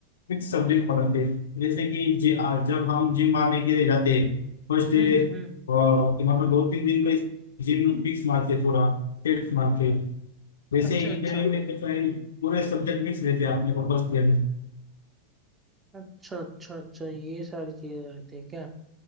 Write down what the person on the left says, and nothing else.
फिक्स सब्जेक्ट पढ़ाते हैं। जैसे कि जे आज जब हम जिम मारने के लिए जाते हैं फर्स्ट
डे
मतलब दो तीन दिन का जिम मिक्स मारते थोड़ा टेस्ट मारते वैसे
इंजीनियरिंग
में कैसा है पूरे सब्जेक्ट मिक्स रहते हैं अपने को फर्स्ट ईयर में